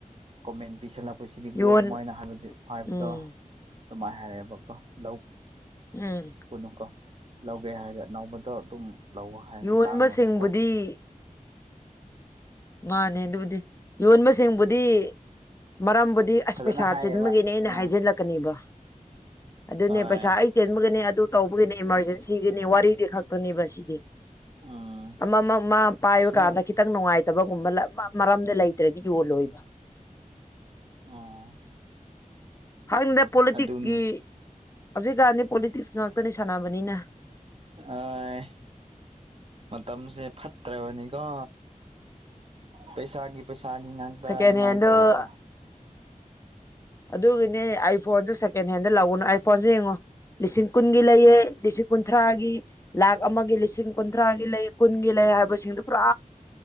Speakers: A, on the right (about 40°); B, on the left (about 20°).
A: ꯀꯣꯃꯦꯟ ꯄꯤꯁꯜꯂꯛꯄꯁꯤ ꯁꯤꯗꯤꯒ꯭ꯔꯣ
B: ꯌꯣꯟ
A: ꯃꯣꯏꯅ ꯍꯥꯏꯕ ꯍꯥꯏꯕꯗꯣ
B: ꯎꯝ
A: ꯑꯗꯨꯃꯥꯏꯅ ꯍꯥꯏꯔꯦꯕꯀꯣ ꯂꯧ
B: ꯎꯝ
A: ꯀꯅꯨꯀꯣ ꯂꯧꯒꯦ ꯍꯥꯏꯔ ꯑꯅꯧꯕꯗꯣ ꯑꯗꯨꯝ ꯂꯧ ꯍꯥꯏꯅ
B: ꯌꯣꯟꯕꯁꯤꯡꯕꯨꯗꯤ
A: ꯇꯥꯡꯉꯁꯨ ꯀꯣ
B: ꯃꯥꯅꯦ ꯑꯗꯨꯕꯨꯗꯤ ꯌꯣꯟꯕꯁꯤꯡꯕꯨꯗꯤ ꯃꯔꯝꯕꯨꯗꯤ ꯑꯁ
A: ꯐꯖꯅ
B: ꯄꯩꯁꯥ
A: ꯍꯥꯏꯌꯦꯕ
B: ꯆꯤꯟꯕꯒꯦꯅꯦ ꯑꯩꯅ
A: ꯑꯥ
B: ꯍꯥꯏꯖꯤꯜꯂꯛꯀꯅꯦꯕ ꯑꯗꯨꯅꯦ
A: ꯍꯣꯏ
B: ꯄꯩꯁꯥ ꯑꯩ ꯆꯦꯟꯕꯒꯤꯅꯤ ꯑꯗꯨ ꯇꯧꯕꯒꯤꯅꯤ ꯏꯃꯥꯔꯖꯦꯟꯁꯤꯒꯤꯅꯤ ꯋꯥꯔꯤꯗꯤ ꯈꯛꯇꯅꯦꯕ ꯁꯤꯗꯤ
A: ꯎꯝ
B: ꯑ ꯃꯥ ꯄꯥꯏꯌꯨ ꯀꯥꯟꯅꯈꯤ
A: ꯃꯣꯏ
B: ꯈꯤꯇꯪ ꯅꯨꯡꯉꯥꯏꯇꯕꯒꯨꯝꯕ ꯃꯔꯝꯗ ꯂꯩꯇ꯭ꯔꯗꯤ ꯌꯣꯜꯂꯣꯏꯕ
A: ꯑꯥ
B: ꯍꯥꯟꯅꯗ ꯄꯣꯂꯤꯇꯤꯛꯁꯀꯤ
A: ꯑꯗꯨꯅꯤ
B: ꯍꯧꯖꯤꯛꯀꯥꯟꯗꯤ ꯄꯣꯂꯤꯇꯤꯛꯁ ꯉꯥꯛꯇꯅꯤ ꯁꯥꯟꯅꯕꯅꯤꯅ
A: <unintelligible> ꯃꯇꯝꯁꯦ ꯐꯠꯇ꯭ꯔꯕꯅꯤꯀꯣ ꯄꯩꯁꯥꯒꯤ ꯄꯩꯁꯥꯒꯤ ꯉꯥꯛꯇ
B: ꯁꯦꯀꯦꯟ
A: ꯑꯗꯨꯃꯥꯏꯅ
B: ꯍꯦꯟꯗꯣ
A: ꯇꯧꯋꯦꯕ
B: ꯑꯗꯨꯒꯤꯅꯦ ꯑꯥꯏ ꯐꯣꯟꯁꯨ ꯁꯦꯀꯦꯟ ꯍꯦꯟꯗ ꯂꯥꯛꯎꯅꯨ ꯑꯥꯏ ꯐꯣꯟꯁꯦ ꯌꯦꯡꯉꯣ ꯂꯤꯁꯤꯡ ꯀꯨꯟꯒꯤ ꯂꯩꯌꯦ ꯂꯤꯁꯤꯡ ꯀꯨꯟꯊ꯭ꯔꯥꯒꯤ ꯂꯥꯛ ꯑꯃꯒꯤ ꯂꯤꯁꯤꯡ ꯀꯨꯟꯊ꯭ꯔꯥꯒꯤ ꯂꯩ ꯀꯨꯟꯒꯤ ꯂꯩ ꯍꯥꯏꯕꯁꯤꯡꯗꯨ ꯄꯨꯔꯥ